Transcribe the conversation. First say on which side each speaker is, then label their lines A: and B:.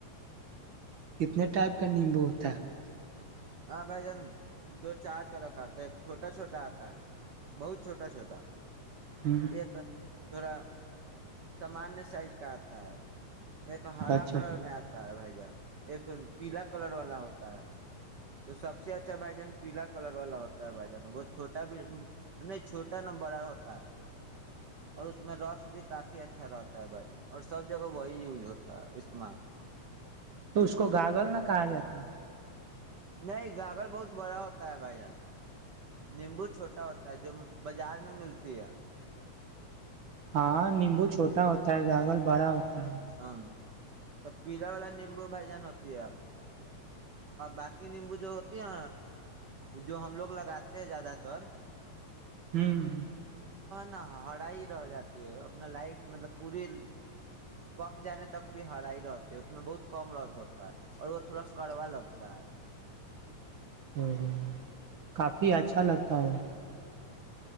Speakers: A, on the right; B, on the right.
A: کتنے ٹائپ کا نیمبو ہوتا ہے بھائی جان
B: ہاں بھائی جان دو چار طرح کا تھا ایک چھوٹا چھوٹا آتا ہے بہت چھوٹا چھوٹا
A: بھائی
B: ایک تھوڑا سامانیہ سائز کا آتا ہے ایک
A: ہ
B: ہرا
A: اچھا
B: کلر میں آتا ہے بھائی جان ایک پیلا کلر والا ہوتا ہے تو سب سے اچھا اچھا بھائی جان پیلا کلر والا ہوتا ہے بھائی جان وہ چھوٹا بھی نہیں چھوٹا نہ بڑا ہوتا ہے اور اس میں رس بھی کافی اچھا رہتا ہے بھائی جان اور سب جگہ وہی یوز ہوتا ہے استعمال
A: تو اس کو گاگل نہ کہا جاتا ہے
B: نہیں گاگرگر بہت بڑا ہوتا ہے بھائی جان نیمبو چھوٹا ہوتا ہے جو بازار میں ملتی ہے
A: ہاں نیمبو چھوٹا ہوتا ہے گاگل بڑا ہوتا ہے
B: ہاں تو پیلا والا نیمبو بھائی جان ہوتی ہے باقی نیمبو جو ہوتی ہے جو ہم لوگ لگاتے ہیں زیادہ تر
A: ہوں
B: نہ ہرا ہی رہ جاتی ہے اپنا لائف مطلب پوری پک جانے تک بھی ہرائی رہتی ہے اس میں بہت کم رس ہوتا ہے اور وہ تھوڑا کڑوا لگتا ہے
A: ہ ہ کافی اچھا لگتا ہ م